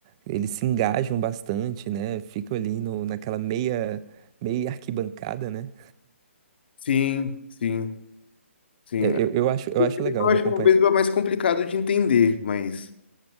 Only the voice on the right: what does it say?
Eles se engajam bastante, né? Ficam ali no, naquela meia, meia arquibancada, né?
É, Eu, eu acho, eu
acho
legal de
acompanhar.